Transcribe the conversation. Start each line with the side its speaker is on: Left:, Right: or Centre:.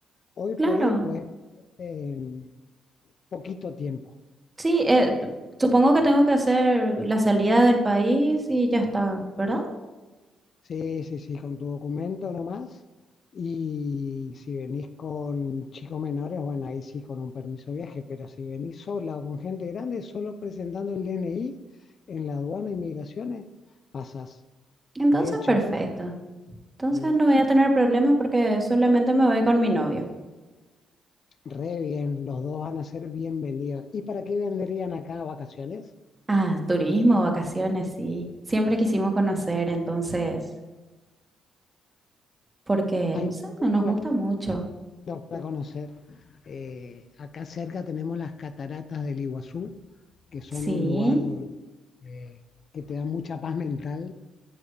Left: hoy
Right: Claro,
Left: por hoy podés irte en poquito tiempo.
Right: sí, eh, t- supongo que tengo que hacer la salida del país y ya está, ¿verdad?
Left: Sí, sí, sí, con tu documento nomás. Y si venís con chicos menores, bueno, ahí sí, con un permiso de viaje, pero si venís sola o con gente grande, solo presentando el DNI en la aduana de inmigraciones, pasas.
Right: Entonces,
Left: De hecho,
Right: perfecto. Entonces
Left: sí,
Right: no voy a tener problemas porque solamente me voy con mi novio.
Left: re bien, los dos van a ser bienvenidos. ¿Y para qué vendrían acá a vacaciones?
Right: Ah, turismo, vacaciones, sí. Siempre quisimos conocer, entonces, porque,
Left: Hay
Right: no sé,
Left: mucho
Right: no nos gusta mucho.
Left: para conocer. Eh, acá cerca tenemos las cataratas del Iguazú que son
Right: Sí,
Left: un lugar eh, que te da mucha paz mental,